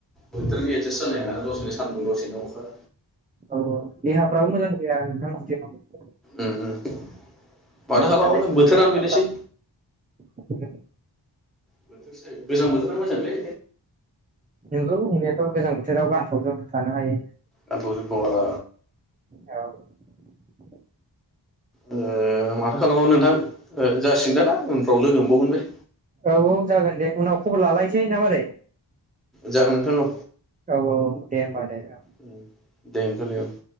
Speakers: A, in the centre; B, on the right.
A: बोथोरनि एडजास्ट जानाय दसेनो सानदुं दसेनो अखा।
B: औ देहाफ्राबो मोजां जाया नोंथां दियाव।
A: उम उम फाथो
B: लोमजानाय
A: खालाम
B: साजानाया
A: बोथोरानो
B: थाब
A: बिदिसै।
B: लागासिनो
A: बोथोरसै गोजां बोथोरा मोजांलै।
B: नंगौ नंनायाथ गोजां बोथोराव गानफब जोमफब थानो हायो।
A: गानफ जोफ आ।
B: औ <unintelligible>
A: ओ माथो खालामबावनो नोंथां जासिगोनदोलां उनफ्राव लोगो मोनबावगोन बे।
B: औ औ जागोन दे उनाव खबर लालायसै ना मारै?
A: जागोन थां-औ।
B: औ-औ दे-होमबा दे। औ
A: उम दे <unintelligible>